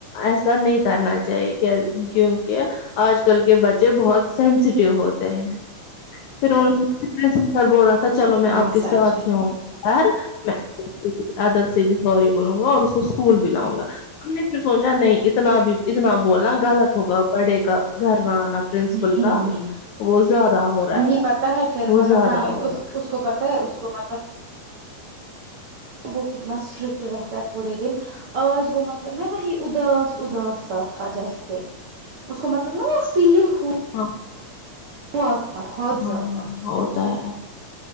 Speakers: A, on the left; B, on the right.
A: ایسا نہیں کرنا چاہیے کہ کیونکہ آج کل کے بچے بہت سینسٹیو ہوتے ہیں پھر اور س سر بول رہا تھا چلو میں
B: ہاں
A: آپ کے ساتھ
B: سچ ہے
A: ہی آؤں گا خیر میں ادب سے بھی سوری بولوں گا اور اس کو اسکول بھی لاؤں گا ہم نے پھر سمجا نہیں اتنا بھی اتنا بولنا غلط ہوگا پڑ کاا گ انا پرنسپل
B: نہیں
A: کا
B: نہیں
A: وہ زیادہ ہو رہا
B: نہیں
A: ہے
B: پتا پھر
A: وہ
B: مطلب
A: زیادہ
B: ہمیں
A: ہوگا
B: اس اس کو پتہ ہے اس کو مطلب وہ کتنا اسٹرکٹ رہتا ہے پورے دن آج وہ مطلب نا وہی اداس اداسا تھا جیسے اس کو مطلب نا وہ فیل ہو
A: ہاں
B: <unintelligible>
A: ہاں
B: زیادہ
A: ہو تو ہے